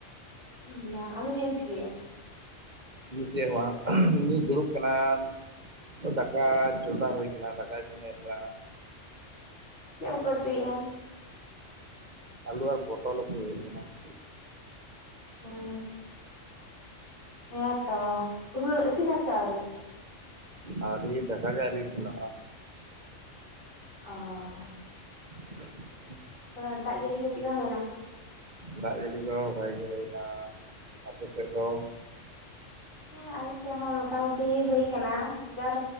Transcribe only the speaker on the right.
ᱪᱮ ᱦᱚᱸ ᱵᱟᱝ ᱤᱧ ᱫᱚ ᱫᱩᱲᱩᱵ ᱠᱟᱱᱟ ᱾ ᱫᱟᱠᱟ ᱪᱚᱫᱟ ᱦᱳᱭ ᱠᱟᱱᱟ ᱫᱟᱠᱟ ᱤᱥᱤᱱᱹ ᱦᱩᱭᱩᱜ ᱠᱟᱱᱟ ᱾
ᱟᱞᱩ ᱟᱨ ᱯᱚᱴᱚᱞ ᱩᱛᱩ ᱦᱳᱭᱳᱜ ᱠᱟᱱᱟ ᱾
ᱟᱩᱨᱤ ᱫᱟᱠᱟ ᱜᱮ ᱟᱩᱨᱤ ᱤᱥᱤᱱ-ᱟ ᱾
ᱦᱮ <inaudible>
ᱫᱟᱜ ᱡᱟᱹᱲᱤ ᱫᱚ ᱵᱟᱭ ᱡᱟ. ᱲᱤ ᱮᱫ ᱟᱯᱮ ᱥᱮᱫ ᱫᱚ?